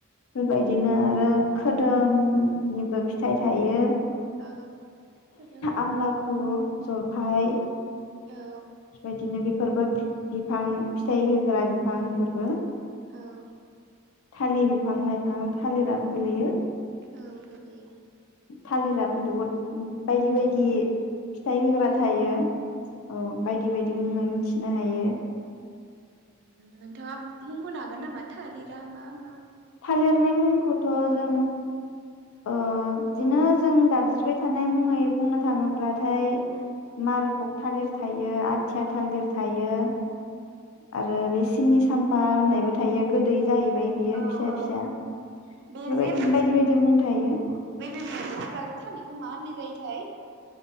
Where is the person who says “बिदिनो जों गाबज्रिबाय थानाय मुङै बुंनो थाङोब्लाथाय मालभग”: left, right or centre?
Left